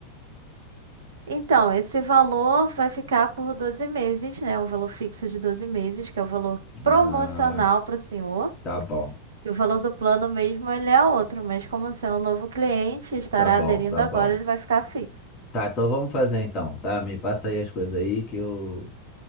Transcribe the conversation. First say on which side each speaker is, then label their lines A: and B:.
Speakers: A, on the right; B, on the left.
A: Então, esse valor vai ficar por 12 meses, né? Um valor fixo de 12 meses, que é o valor promocional
B: Ah,
A: para o senhor.
B: tá bom,
A: E o valor do plano mesmo, ele é outro, mas como o senhor é um novo cliente e estará
B: tá bom,
A: aderindo
B: tá
A: agora,
B: bom.
A: ele vai ficar fixo.
B: Tá, então vamos fazer então, tá? Me passa aí as coisas aí que eu,